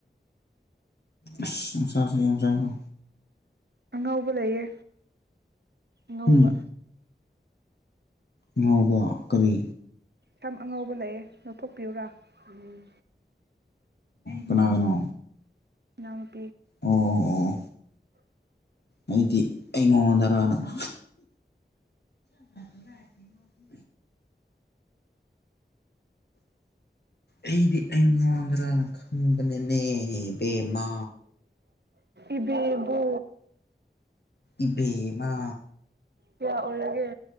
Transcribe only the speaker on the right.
ꯑꯉꯧꯕ ꯂꯩꯌꯦ ꯉꯧꯕ
ꯁꯝ ꯑꯉꯧꯕ ꯂꯩꯌꯦ ꯂꯧꯊꯣꯛꯄꯤꯌꯨꯔꯥ ꯎꯝ
<unintelligible>
ꯏꯕꯦ ꯕꯣ꯫
ꯀꯌꯥ ꯑꯣꯏꯔꯒꯦ꯫